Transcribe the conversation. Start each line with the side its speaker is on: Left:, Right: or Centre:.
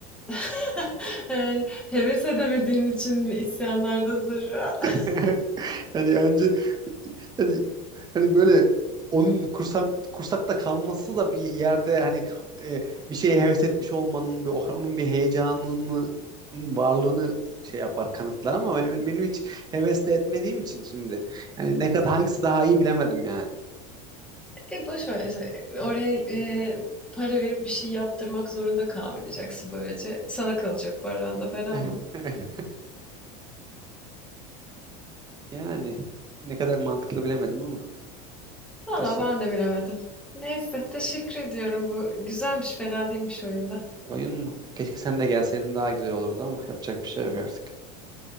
Centre: <laughs> Yani heves edemediğin için mi isyanlardasın şu an?
Right: <laughs>
Centre: <laughs>
Right: Hani önce hani Hani böyle onun kursak kursakta kalması da bir yerde hani e, bir şeye heves etmiş olmanın bir, onun bir heyecanının varlığını şey yapar kanıtlar ama benim, benim hiç hevesle etmediğim için şimdi hani ne kadar hangisi daha iyi bilemedim yani.
Centre: E boş ver işte. e, Oraya e, para verip bir şey yaptırmak zorunda kalmayacaksın böylece. Sana kalacak paran da fena
Right: <laughs>
Centre: mı?
Right: Yani ne kadar mantıklı bilemedim ama
Centre: Valla
Right: teşekkür.
Centre: ben de bilemedim. Neyse, teşekkür ediyorum. Bu güzelmiş, fena değilmiş oyunda.
Right: Oyun mu? Keşke sen de gelseydin daha güzel olurdu ama yapacak bir şey yok artık.